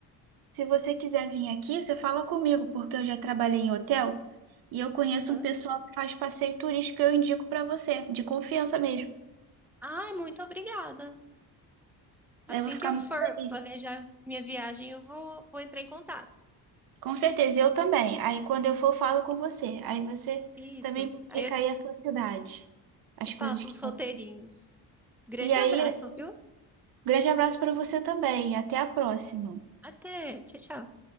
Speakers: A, on the right; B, in the centre.
A: se você quiser vir aqui, você fala comigo, porque eu já trabalhei em hotel e eu conheço
B: Uhum.
A: um pessoal que faz passeio turístico que eu indico para você, de confiança mesmo.
B: Ai, muito obrigada. Assim
A: Eu vou ficar
B: que eu for
A: muito feliz.
B: planejar minha viagem, eu vou, vou entrar em contato.
A: Com certeza, eu também. Aí quando eu for, eu falo com você. Aí você
B: Isso.
A: também me
B: Aí
A: indica
B: eu
A: aí a sua cidade, as
B: te passo
A: coisas que
B: os roteirinhos.
A: tem.
B: Grande
A: E aí,
B: abraço, viu?
A: grande abraço para você também. Até a próxima.
B: Até. Tchau, tchau.